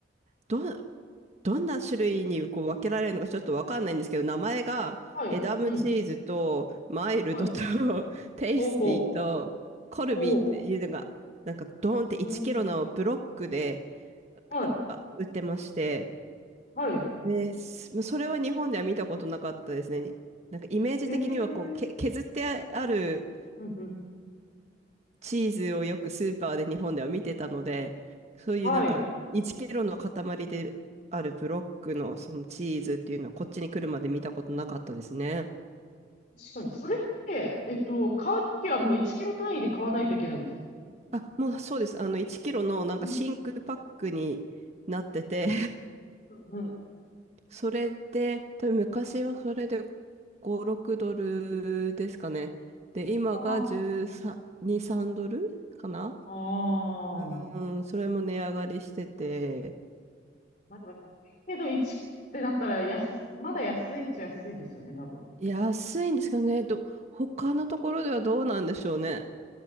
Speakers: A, on the right; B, on the left.
A: ど、どんな種類にこう分けられるのかちょっとわかんないんですけど、名前がエダムチーズとマイルドと
B: はい。うん。はい。
A: <laughs> テイスティとコルビーっていうのが、
B: ほうほう。おう、
A: なんかドーンって1キロのブロックで
B: おう、はい、
A: ああ売ってまして、
B: はい。
A: です。まあそれは日本では見たことなかったですね。なんかイメージ的にはこう、
B: へえ、
A: け、削ってある
B: うんうん。
A: チーズをよくスーパーで日本では見てたので、そういうなんか1キロの塊であるブロックのそのチーズっていうのはこっちに来るまで見たことなかったですね。
B: はい。確かに。それって、えっと、買うときはもう1キロ単位で買わないといけないんです。
A: あ、もうそうです。あの1キロのなんか真空パックになってて
B: うんうん。うんうん
A: それで、多分昔はそれで5、6ドルですかね。で、今が13、
B: あ
A: 3ドルかな
B: あ、ああ。
A: うん、それも値上がりしてて、
B: まあでも高いけど1ってなったら安、まだ安いっちゃ安いですよね、多分。
A: 安いんですかね。ど、他のところではどうなんでしょうね。